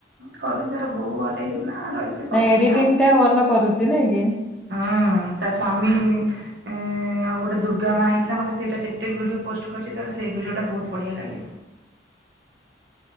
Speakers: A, on the right; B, in the centre.
A: କରୁଛି ତାର ବୋଉ ଘରେ ହେଇକିନା ରହିଛି କରୁଛି
B: ନାଇ ଏଡିଟିଂ ଟା ଭଲ କରୁଛି ନାଇଁ କି।
A: ହୁଁ ତା ସ୍ଵାମୀ। ଉଁ ଆଉ ଗୋଟେ ଦୁର୍ଗା ମା ହେଇଥିଲା ମତେ ସେଇଟା ଯେତେ ଭିଡିଓ ପୋଷ୍ଟ କରି ତାର ସେଇ ଭିଡିଓ ଟା ବହୁତ ବଢିଆ ଲାଗେ।